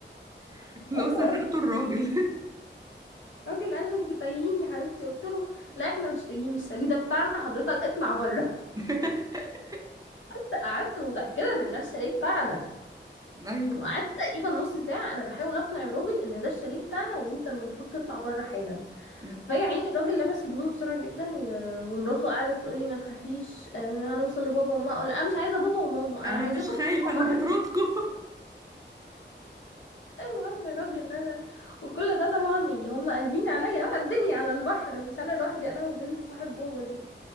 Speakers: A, on the right (about 20°); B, on the left (about 80°).
A: <laughs>
B: <laughs>
A: لو
B: المهم
A: سرقته الراجل
B: الراجل قال له انت تايهين يا حبيبتي قلت له لا احنا مش تايهين الشاليه ده بتاعنا حضرتك اطلع بره
A: <laughs>
B: <laughs> قعدت متاكده ان ده الشاليه بتاعنا
A: ايوه
B: وقعدت تقريبا نص ساعه انا بحاول اقنع الراجل ان ده الشاليه بتاعنا وانت المفروض تطلع بره حالا
A: أمم.
B: فيا عيني الراجل لبس هدومه بسرعه جدا و... ومراته قعدت تقول لي ما تخافيش آه، هنوصل لبابا وماما اقول لها مش عايزه بابا وماما
A: انا
B: انا عايزاكم
A: مش خايفة
B: تطلعوا
A: انا بطردكم <laughs>
B: المهم الراجل نزل وكل ده طبعا يعني هم قلبين عليا بقى الدنيا على البحر مش انا لوحدي انا وبنت صاحب بابا دي